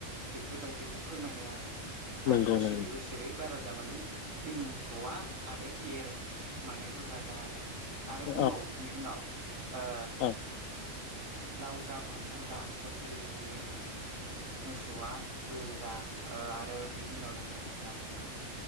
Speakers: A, on the right; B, on the left.
A: बेफोरबायदिखौ फोरमायदों आरो। आरो
B: नंगौ
A: बोसोरै
B: नंगौ
A: बोसोरै बारा जा माने जोंनि मोसौआ आरो एर माने बुरजा जा आरो आरो
B: औ
A: बुंबावो बिनि उनाव ओ
B: औ
A: लाव जा फान्थाव जा बोसोरै बोसोरै जोंनि मोसौआ बुरजा बुरजा आरो बिनि उनाव दं रावबो जा